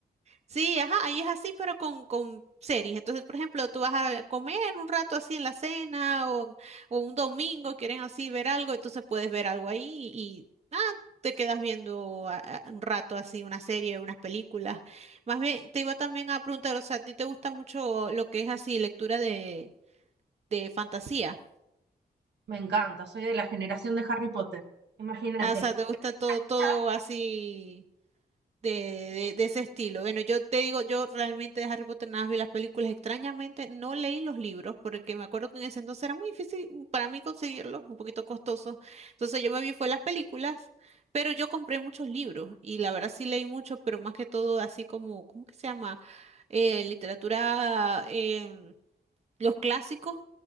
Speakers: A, on the right; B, on the right.
A: Sí, ajá, ahí es así, pero con, con series. Entonces, por ejemplo, tú vas a comer un rato así en la cena o, o un domingo, quieren así ver algo, entonces puedes ver algo ahí y, ah, te quedas viendo a- a- un rato así una serie, unas películas. Más bien, te iba también a preguntar, o sea, ¿a ti te gusta mucho lo que es así lectura de, de fantasía?
B: Me encanta, soy de la generación de Harry Potter, imagínate.
A: Ah, O sea, ¿te gusta todo,
B: <laughs>
A: todo así? de, de- de ese estilo. Bueno, yo te digo, yo realmente de Harry Potter nada más vi las películas. Extrañamente no leí los libros porque me acuerdo que en ese entonces era muy difícil para mí conseguirlos, un poquito costoso. Entonces yo me vi fue las películas, pero yo compré muchos libros y la verdad sí leí mucho, pero más que todo así como, ¿cómo que se llama? Eh, literatura, em, los clásicos,